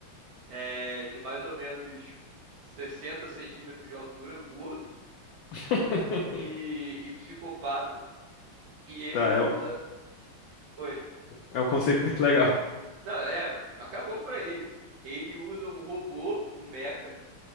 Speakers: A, on the right; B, on the left.
A: é, de mais ou menos 60 centímetros de altura, gordo
B: <laughs>
A: e, e psicopata. E ele
B: Tá,
A: usa.
B: é um,
A: Oi.
B: é um conceito muito legal.
A: Não, é, mas não acabou por aí. Ele usa um robô, um mecha,